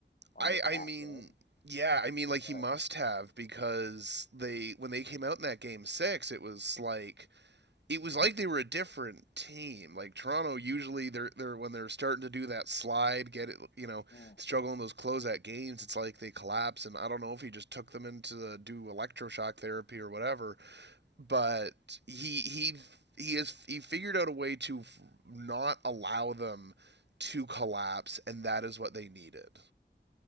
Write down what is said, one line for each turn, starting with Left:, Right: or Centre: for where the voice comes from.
Left: on
Right: I
Left: the back
Right: I mean.
Left: end,
Right: Yeah, I mean, like
Left: but
Right: he must have because they when they came out in that game six, it was like it was like they were a different team. Like Toronto, usually they're they're when they're starting to do that slide, get it, you know,
Left: mm,
Right: struggling those closeout games. It's like they collapse, and I don't know if he just took them into the, do electroshock therapy or whatever. But he he he has he figured out a way to not allow them to collapse, and that is what they needed.